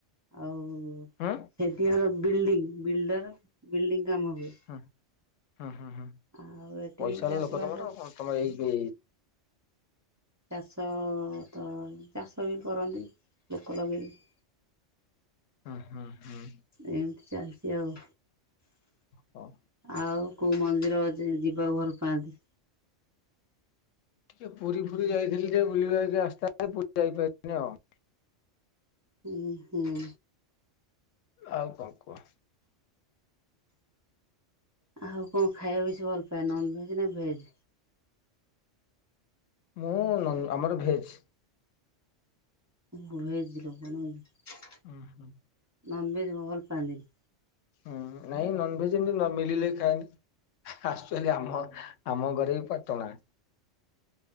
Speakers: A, on the right; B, on the left.
A: ଆଉ
B: ହୁଁ
A: ସେଠି କାର ବିଲ୍ଡିଂ ବିଲ୍ଡର ବିଲ୍ଡିଂ କାମ ହୁଏ।
B: ହୁଁ ହୁଁ ହୁଁ ହୁଁ
A: ଆଉ ଏଠି
B: ପଇସା
A: ଚାଷବାସ
B: ଏଲେ ଲୋକ ତମର କଣ ତମେ ଏଇି
A: ଚାଷ ତ ଚାଷ ବି କରନ୍ତି ଲୋକ ଲଗେଇକି।
B: ହୁଁ ହୁଁ ହୁଁ।
A: ଏମିତି ଚାଲିଛି ଆଉ।।
B: ହଉ
A: ଆଉ କୋଉଁ ମନ୍ଦିର ଯି ଯିବାକୁ ଭଲ ପାଆନ୍ତି?
B: ଟିକେ ପୁରୀ ଫୁରୀ ଯାଇଥିଲି ଯେ ବୁଲିବାକୁ ଆସ୍ତେ ଆସ୍ତେ <unintelligible>
A: ହୁଁ ହୁଁ।
B: ଆଉ କଣ କୁହ?
A: ଆଉ କଣ ଖାଇବାକୁ ବେଶି ଭଲ ପାଆନ୍ତି ନନ୍ ଭେଜ ନା ଭେଜ୍?
B: ମୁଁ ଆମର ଭେଜ୍।
A: ଭେଜ୍ <unintelligible>
B: ଓ ହୋ।
A: ନନ୍ ଭେଜ ମୋର ପନିର।
B: ହୁଁ ନାଇଁ ନନଭେଜ ଏମିତି ନମିଳିଲେ ଖାଏ। ଆକୁଚେଲି ଆମ ଆମ ଘର ବି ପଟଣା।